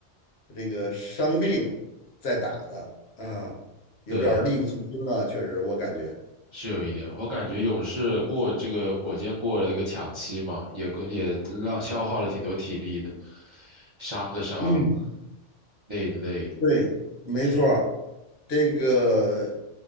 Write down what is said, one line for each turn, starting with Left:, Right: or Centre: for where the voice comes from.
Left: 这个伤病在打的，啊，有点儿力不从心了，
Right: 对。
Left: 确实我感觉。
Right: 是有一点，我感觉勇士过这个火箭过了一个抢七嘛，也过也让消耗了挺多体力的，伤的伤，
Left: 嗯，
Right: 累的累，
Left: 对，没错儿
Right: 是，
Left: 这个